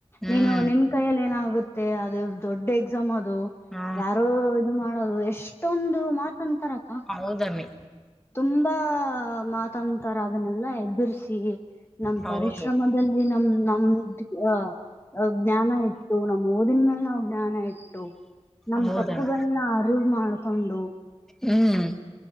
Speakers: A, in the centre; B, on the left.
A: ಹ್ಮ್
B: ನೀನು ನಿನ್ ಕೈಯಲ್ಲಿ ಏನಾಗುತ್. ಮತ್ತೆ ಅದು ದೊಡ್ಡ ಎಕ್ಸಾಮ್ ಅದು
A: ಹಾ
B: ಯಾರೋ ಇದು ಮಾಡೋದು ಎಷ್ಟೊಂದು ಮಾತ್. ಅಂತರಕ.
A: ಹೌದಾಮಿ.
B: ತುಂಬಾ ಮಾತಾಂತರ ಅದನ್ನೆಲ್ಲ ಎಬರ್ರಿಸಿ. ನಮ್
A: ಹೌದು
B: ಪರಿಶ್ರಮದಲ್ಲಿ ನಮ್ ನಮ್ ಅ. ಅಜ್ಞಾನ ಇಟ್ಟು ನಮ್ಮ ಓದಿನ ಮೇಲೆ ನಾವ್ ಜ್ಞಾನ ಇಟ್ಟು. ನಮ್
A: ಹೌದಣ್ಣ
B: ತಪ್ಪುಗಳನ್ನ ಅರಿವು ಮಾಡ್ಕೊಂಡು.
A: ಹ್ಮ್